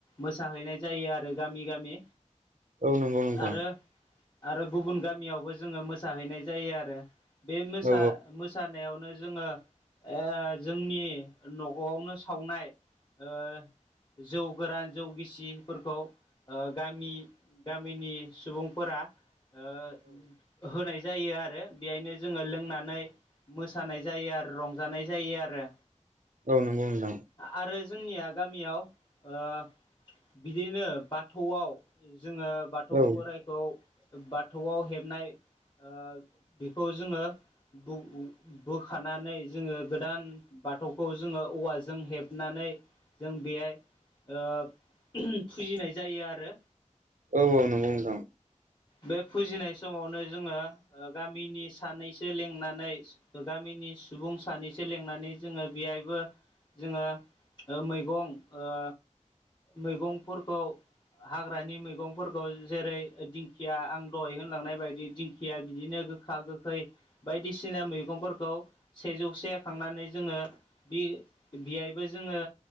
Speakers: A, on the left; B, on the right.
A: मोसाहैनाय जायो आरो गामि गामि
B: औ नंगौ नोंथां
A: आरो आरो गुबुन गामियावबो जोङो मोसाहैनाय जायो आरो बे मोसा-
B: औ
A: मोस सानायावनो जोङो ओ जोंनि न'गआवनो सावनाय ओ जौ गोरान जौ गिसिफोरखौ गामि गामिनि सुबुंफोरा ओ होनाय जायो आरो बेहायनो जोङो लोंनानै मोसानाय जायो आरो रंजानाय जायो आरो।
B: औ नंगौ नोंथां।
A: आ-आरो जोंनिया गामियाव ओ बिदिनो बाथौआव जोङो बाथौ
B: औ
A: बोराइ खौ बाथौआव हेबनाय ओ हिखौ जोङो <unintelligible> बोखानानै जोङो गोदान बाथौखौ जोङो औवाजों हेबनानै जों बेहाय ओ फुजिनाय जायो आरो
B: औ औ नंगौ नोंथां।
A: बे फुजिनाय समावनो जोङो ओ गामिनि सानैसो लिंनानै गामिनि सुबुं सानैसो लिनानै जोङो बेहायबो जोङो मैगं ओ मैगंफोरखौ हाग्रानि मैगंफोरखौ जेरै दिंखिया आं दहाय होनलांनाय बायदि दिंखिया बिदिनो गोख खा गोखै बायदिसिना मैगंफोरखौ सेजौसे खांनानै जोङो दि बिहायबो जोङो